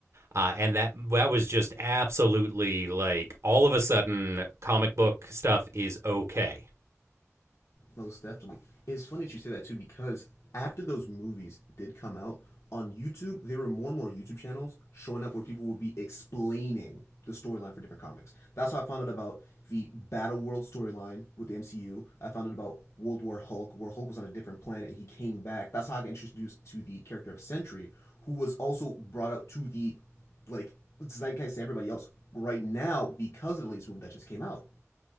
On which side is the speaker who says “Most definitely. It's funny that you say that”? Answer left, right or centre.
Left